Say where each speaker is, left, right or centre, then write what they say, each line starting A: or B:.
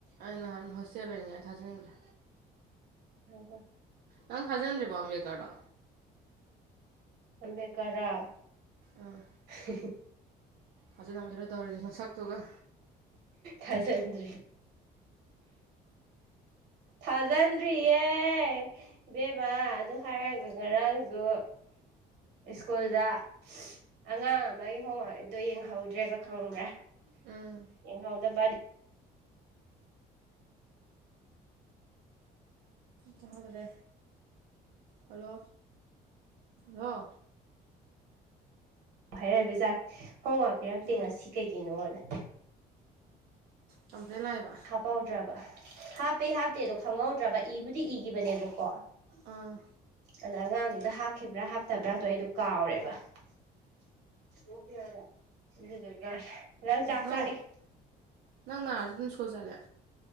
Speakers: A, on the right (about 65°); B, on the right (about 90°).
A: ꯑꯩ ꯅꯍꯥꯟ ꯍꯣꯁꯇꯦꯜ ꯂꯩꯔꯤꯉꯩ ꯊꯥꯖꯤꯟꯒ꯭ꯔꯦ
B: <unintelligible>
A: ꯅꯪ ꯊꯥꯖꯟꯗ꯭ꯔꯤꯕꯣ ꯑꯝꯕꯦꯀꯔꯗꯣ
B: ꯑꯝꯕꯦꯀꯔ ꯔꯥ
A: ꯑꯥ
B: ꯍꯤ ꯍꯤ
A: ꯊꯥꯖꯤꯜꯂꯝꯒꯤꯔꯣꯢ ꯇꯧꯔꯤꯁꯤ ꯅꯁꯛꯇꯨꯒ
B: ꯍꯥ ꯊꯥꯖꯤꯟꯗ꯭ꯔꯤ ꯍꯥ ꯍꯥ ꯊꯥꯖꯤꯟꯗ꯭ꯔꯤꯌꯦ ꯏꯕꯦꯝꯃꯥ ꯑꯗꯨ ꯍꯥꯏꯔꯒ ꯉꯔꯥꯡꯖꯨ ꯁ꯭ꯀꯨꯜꯗ ꯑꯉꯥꯡ ꯑꯃꯒꯤ ꯍꯣꯝꯋꯥꯛꯗꯣ ꯌꯦꯡꯍꯧꯗ꯭ꯔꯦꯕ ꯈꯪꯕ꯭ꯔꯥ
A: ꯎꯨꯝ
B: ꯌꯦꯡꯍꯧꯗꯕꯥꯑꯗꯤ
A: ꯇꯥꯗ꯭ꯔꯦ ꯍꯜꯂꯣ ꯍꯜꯂꯣ
B: <unintelligible> ꯍꯩꯕꯩ ꯆꯥꯡ ꯍꯣꯝꯋꯥꯛ ꯄꯤꯔꯛꯇꯦ
A: ꯎꯝ
B: ꯉꯁꯤ ꯀꯩꯒꯤꯅꯣꯅ
A: ꯀꯝꯄ꯭ꯂꯦꯟ ꯂꯥꯛꯏꯕ
B: ꯍꯥꯞꯄꯧꯗ꯭ꯔꯕ ꯍꯥꯞꯄꯤ ꯍꯥꯞꯇꯦꯗꯨ ꯈꯪꯍꯧꯗ꯭ꯔꯕ ꯏꯕꯨꯗꯤ ꯏꯒꯤꯕꯅꯦꯕꯀꯣ
A: ꯑꯥ
B: ꯑꯗ ꯑꯉꯥꯡꯗꯨꯗ ꯍꯥꯞꯈꯤꯕ꯭ꯔꯥ ꯍꯥꯞꯇ꯭ꯔꯥꯕꯗꯣ ꯑꯩꯗꯣ ꯀꯥꯎꯔꯦꯕ <unintelligible> ꯂꯪ ꯆꯥꯛ
A: ꯅꯪ
B: ꯆꯥꯛꯏ
A: ꯅꯪ ꯅꯥꯔꯁꯨ ꯑꯗꯨꯝ ꯁꯀ꯭ꯨꯜ ꯖꯜꯂꯦ